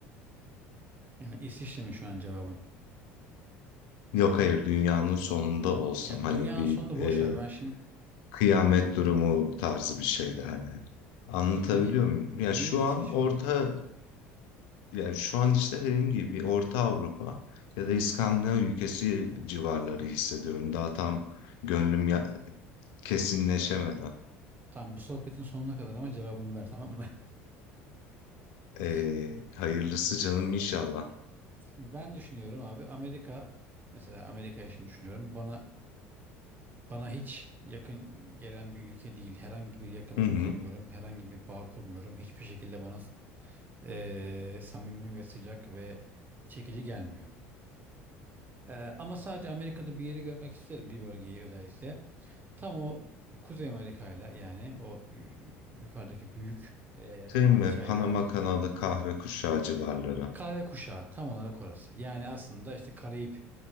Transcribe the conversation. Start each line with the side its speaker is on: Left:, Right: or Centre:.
Right: Yani İsviçre mi şu an cevabın?
Left: Yok hayır dünyanın sonunda olsam
Right: Ya
Left: hani
Right: dünyanın
Left: bir
Right: sonunu boş
Left: e,
Right: ver. Ben şimdi
Left: kıyamet durumu tarzı bir şeydi hani. Anlatabiliyor
Right: peki niye
Left: muyum? Ya
Right: niye
Left: şu
Right: İsviçre
Left: an orta
Right: orada?
Left: yani şu an işte dediğim gibi bir Orta Avrupa ya da İskandinav ülkesi civarları hissediyorum. Daha tam gönlüm ya, kesinleşemedi.
Right: Tamam bu sohbetin sonuna kadar ama cevabını ver tamam mı? <laughs>
Left: E,
Right: Şimdi,
Left: hayırlısı canım inşallah.
Right: şimdi ben düşünüyorum abi Amerika mesela Amerika'ya şimdi düşünüyorum. Bana bana hiç yakın gelen bir ülke değil. Herhangi bir yakınlık
Left: Hı hı.
Right: kurmuyorum. Herhangi bir bağ kurmuyorum. Hiçbir şekilde bana e, samimi ve sıcak ve çekici gelmiyor. E, ama sadece Amerika'da bir yeri görmek isterim, bir bölgeyi özellikle. Tam o Kuzey Amerika'yla yani o yu- yu- yukarıdaki büyük e,
Left: Şey
Right: parçayla
Left: mi? Panama kanalı kahve kuşağı civarları.
Right: kahve kuşağı tam olarak orası. Yani aslında işte Karayip